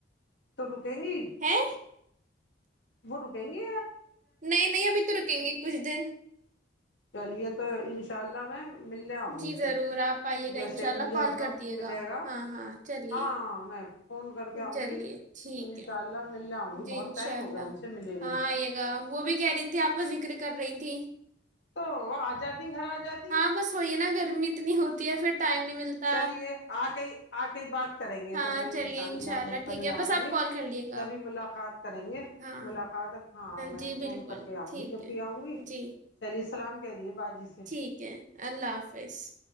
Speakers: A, on the left; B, on the right.
A: تو ر تینگی
B: ہیں
A: گرو کہیں گے
B: نہیں نہیں ابھی تو رکیں گے کچھ دن
A: چلیے تو انشاء اللہ میں ملنے آؤں
B: جی
A: گی
B: ضرور
A: پھر
B: آپ آئیے
A: جیسے
B: گا انشاء
A: ہی
B: اللہ
A: مجھے
B: کال
A: وقت
B: کر دیے
A: ملے گا
B: ہاں ہاں چلیے
A: ہاں میں فون کر کے آؤں
B: چلیے
A: گی
B: ٹھیک
A: انشاء
B: ہے
A: اللہ ملنے آؤں گی
B: جی
A: بہت
B: انشاء
A: ٹائم ہو
B: اللہ
A: گیا ان سے ملے ہوئے
B: ہاں آئیے گا وہ بھی کہہ رہی تھی آپ کا ذکر کر رہی تھیں
A: تو آ جاتی گھر آ جاتی
B: ہاں بس وہی نا گرمی اتنی ہوتی یا پھر ٹائم نہیں ملتا
A: چلیے آ کے ہی آ کے ہی بات کریں گے
B: ہاں
A: تو پھر
B: چلیے
A: ان شاء اللہ
B: انشاء
A: اپ گھر پر
B: ٹھیک
A: ہی
B: ہے
A: آئیں
B: بس آپ
A: گے
B: کال کر لیے گا
A: تبھی ملاقات کریں گے
B: ہاں
A: ملاقات ہاں میں
B: جی
A: فون
B: بالکل
A: کر کے آؤں
B: ٹھیک
A: گی جب
B: ہے
A: بھی آؤں گی
B: جی
A: چلیے سلام کہہ دیے باجی سے
B: ٹھیک ہے اللہ حافظ